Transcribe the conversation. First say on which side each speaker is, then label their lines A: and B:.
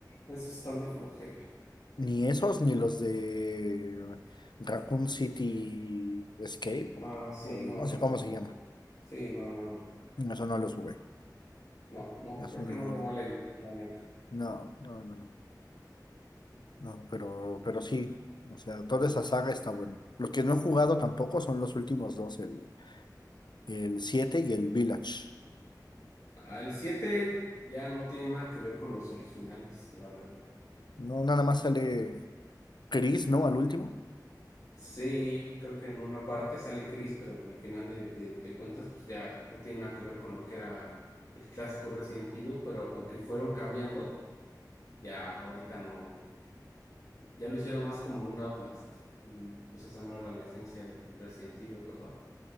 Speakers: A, on the left; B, on the left.
A: esos están de flojera.
B: Ni esos, ni los de Raccoon City Escape, o,
A: No, sí, no,
B: o no
A: tampoco.
B: sé cómo se llama.
A: Sí, no, no, no.
B: No, Eso no los jugué.
A: No, no,
B: Eso
A: creo
B: no.
A: que no lo valen, la neta.
B: No, no, no. No, pero, pero sí, o sea, toda esa saga está bueno. Los que no he jugado tampoco son los últimos dos, el, el 7 y el Village.
A: Ah, el 7 ya no tiene nada que ver con los originales, la verdad.
B: No, nada más sale Chris, ¿no? Al último.
A: Sí, creo que en una parte sale Chris, pero al final de, de, de cuentas, pues ya no tiene nada que ver con lo que era el clásico Resident Evil, pero aunque fueron cambiando. Ya ahorita no, ya lo hicieron más como un Outlast. Y pues esa no era la esencia del Resident Evil, ¿verdad?